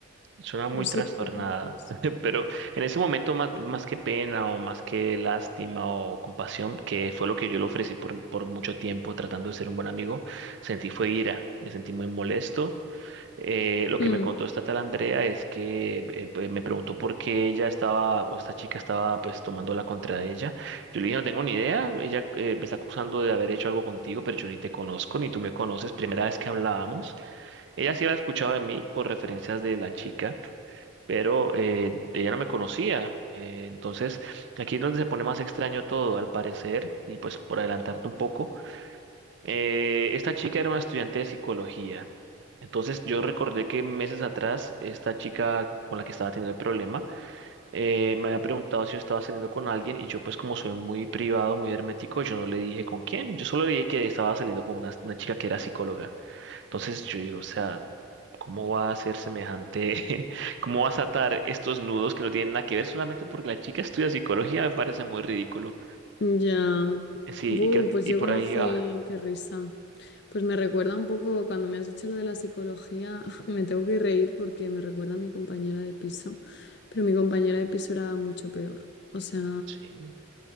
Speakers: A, on the right (about 55°); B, on the left (about 55°).
A: Suena muy
B: no sé,
A: trastornada,
B: ¿tú qué piensas?
A: <laughs> pero en ese momento más, más que pena o más que lástima o compasión, que fue lo que yo le ofrecí por, por mucho tiempo tratando de ser un buen amigo, sentí fue ira, me sentí muy molesto Eh, lo que
B: Mm,
A: me contó esta tal Andrea es que eh, pues, me preguntó por qué ella estaba, o esta chica estaba pues tomándola contra ella. Yo le dije, no tengo ni idea, ella eh, me está acusando de haber hecho algo contigo, pero yo ni te conozco, ni tú me conoces, primera vez que hablábamos. Ella sí había escuchado de mí por referencias de la chica, pero eh, ella no me conocía. Eh, entonces, aquí es donde se pone más extraño todo, al parecer, y pues por adelantarte un poco. Eh, esta chica era una estudiante de psicología. Entonces yo recordé que meses atrás esta chica con la que estaba teniendo el problema eh, me había preguntado si yo estaba saliendo con alguien y yo pues como soy muy privado, muy hermético, yo no le dije con quién, yo solo le dije que estaba saliendo con una, una chica que era psicóloga. Entonces yo digo, o sea, ¿cómo va a ser semejante? <laughs> ¿Cómo vas a atar estos nudos que no tienen nada que ver solamente porque la chica estudia psicología? Me parece muy ridículo.
B: ya.
A: Eh, Sí,
B: Buh,
A: y creo que
B: pues
A: y
B: yo
A: por
B: conocí,
A: ahí va.
B: qué risa. Pues me recuerda un poco, cuando me has dicho lo de la psicología, <laughs> me tengo que reír porque me recuerda a mi compañera de piso, pero mi compañera de piso era mucho peor. O sea,
A: Sí,